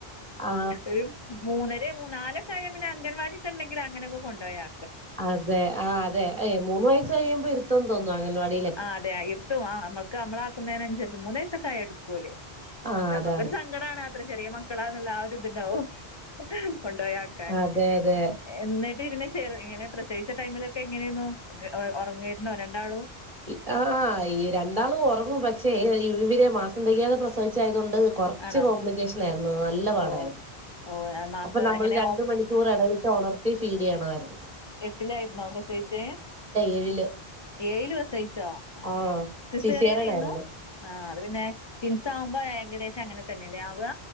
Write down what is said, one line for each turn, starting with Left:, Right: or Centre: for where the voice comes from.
Right: ആ
Left: ഒരു മൂന്നര മൂന്നാലൊക്കെ ആയ പിന്നെ അംഗൻവാടിക്കെണ്ടെങ്കില് അങ്ങനൊക്കെ കൊണ്ടോയാ.
Right: അതെ ആഹ് അതെ ഏ മൂന്ന് വയസ്സ് കഴിയുമ്പോ ഇരുത്തന്ന് തോന്നുന്നു അങ്ങൻവാടിയിലൊക്കെ.
Left: ആഹ് അതെ എത്തുവാ നമ്മക്ക് നമ്മളാക്കുന്നതിനൻസര്ച്ച് മൂന്നൈസൊക്കായ എടുക്കോല്
Right: ആഹ്
Left: നമ്മക്കൊരു
Right: അതാണ്.
Left: സ ങ്കടാണ് അത്ര ചെറിയ മക്കളാന്ന്ള്ള ആ ഒരുത്ണ്ടാവും കൊണ്ടോയാക്കാന്.
Right: അതെ അതെ.
Left: എന്നിട്ട്ര്ന്നെ ചെറ് ഇങ്ങനെ പ്രസവിച്ച ടൈമിലൊക്കെ എങ്ങനെന്നു എ ഒർങ്ങേര്ന്നോ രണ്ടാളു.
Right: ഇ ആഹ് ആഹ് ഈ രണ്ടാളു ഒറങ്ങും പക്ഷേ ഇഹ ഇ ഇവരെ മാസം തെകയാതെ പ്രസവിച്ചായതുകൊണ്ട് കൊർച്ച്
Left: ആണോ
Right: കോംപ്ലിക്കേഷൻ ആയിര്ന്നു നല്ല പാടായി
Left: ഓ ഓ മാസം
Right: അപ്പൊ നമ്മള്
Left: എങ്ങനെ
Right: രണ്ടു മണിക്കൂറെടവിട്ട് ഒണർത്തി ഫീഡെയ്യണമായിരുന്നു.
Left: എട്ടിലായിര്ന്നോ പ്രസവിച്ചേ
Right: ഏഴില്
Left: ഏഴില് വസയി ചൊ
Right: ആഹ്
Left: സിസേറിയനര്ന്നു.
Right: സിസേറിയൻ ആയിരുന്നു.
Left: ആഹ് അത് പിന്നെ റ്റിൻസാവുമ്പ ഏകദേശം അങ്ങനെ തന്നല്ലേ ആവ്യ.